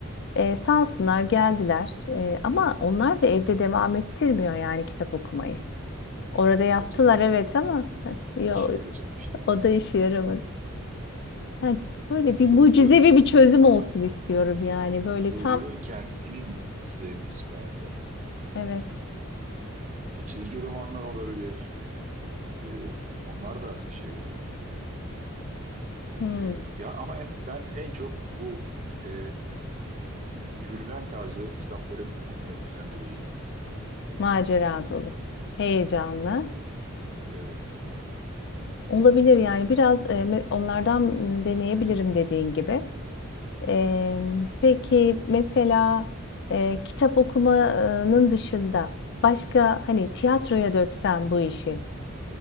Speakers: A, on the left; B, on the right.
A: E, sağ olsunlar geldiler. E, ama onlar da evde devam ettirmiyor yani kitap okumayı. Orada yaptılar
B: Evet o pek
A: evet
B: işe, yara-
A: ama heh, yo,
B: işe yarayacak bir şey değil.
A: o da işe yaramadı. Yani böyle
B: Ya
A: bir
B: çocuğun
A: mucizevi bir çözüm olsun istiyorum yani. Böyle
B: çocuğun
A: tam
B: kendisinin sevmesi lazım.
A: evet
B: E, çizgi romanlar olabilir. E, onlar da şey okumayı
A: hmm,
B: ya ama en- ben en çok bu e, Jules Verne tarzı kitapların okumayı özendireceğini düşünüyorum.
A: macera dolu, heyecanlı.
B: Hı hı. Evet.
A: Olabilir yani biraz e, me- onlardan m, deneyebilirim dediğin gibi. E, peki mesela e, kitap okumanın dışında başka hani tiyatroya döksem bu işi